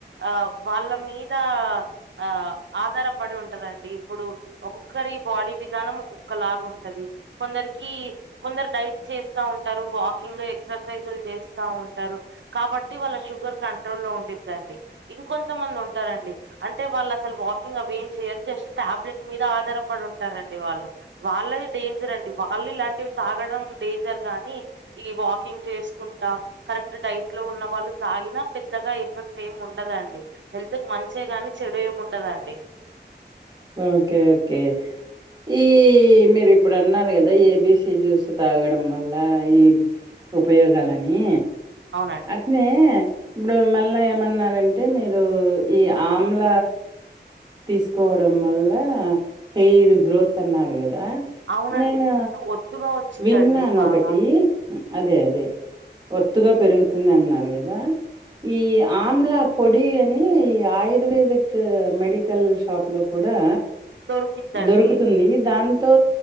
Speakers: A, on the right; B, on the right.
A: ఆ వాళ్ళ మీద ఆ ఆధారపడి ఉంటదండి ఇప్పుడు ఒక్కొక్కరి బాడీ విధానం ఒక్కొక్క లాగ ఉంటది కొందరికి కొందరు డైట్ చేస్తా ఉంటారు వాకింగ్ ఎక్సర్సైజులు చేస్తా ఉంటారు కాబట్టి త్తి వాళ్ళ షుగర్ కంట్రోల్లో ఉండిద్దండి ఇంకొంతమంది ఉంటారండి అంటే వాళ్ళు అసలు వాకింగ్ అవి ఏం చేయరు జస్ట్ టాబ్లెట్ మీద ఆధారపడి ఉంటారండి వాళ్ళు వాళ్ళది డేంజర్ అండి వాళ్ళు ఇలాంటివి తాగడం డేంజర్ గానీ ఈ వాకింగ్ చేసుకుంటా కరెక్ట్ డైట్ లో ఉన్న వాళ్ళు తాగినా పెద్దగా ఎఫెక్ట్ ఏమి ఉండదండి హెల్త్ మంచి గాని చెడు ఏమి ఉండదండి
B: ఓకే ఓకే ఈ మీరు ఇప్పుడన్నరు కదా ఏబిసిజ్యూస్ తాగడం వల్ల ఈ ఉపయోగాలని
A: అవునండి
B: అట్నే ఇప్పుడు మళ్ళ ఏమన్నారంటే మీరు ఈ ఆమ్ల తీసుకోవ డం వళ్ళ హెయిర్ గ్రోత్ అన్నారుగదా
A: అవునండి
B: నేను
A: జుట్టు ఒత్తుగా వచ్చిద్దండి
B: విన్నానొకటి
A: బాగా
B: అదే అదే ఒత్తుగా పెరుగుతుందన్నారు గదా ఈ ఆమ్లా పొడి అని ఈ ఆయుర్వేదిక్ మెడికల్ షాప్ లో కుడా
A: దొరికిద్దండి
B: దొరుకుతుంది దాంతో